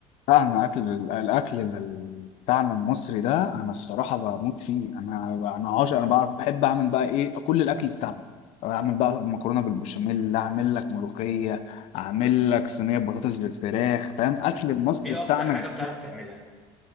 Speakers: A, on the left (about 60°); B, in the centre.
A: لا انا اكل الاكل ال- بتاعنا المصري ده انا الصراحه بموت فيه انا انا عاشق انا بعرف بحب اعمل بقى ايه كل الاكل بتاعنا اعمل بقى مكرونه بالبشاميل اعمل لك ملوخيه اعمل لك صينيه بطاطس بالفراخ فاهم اكل المصري
B: ايه
A: بتاعنا
B: اكتر حاجه بتعرف تعملها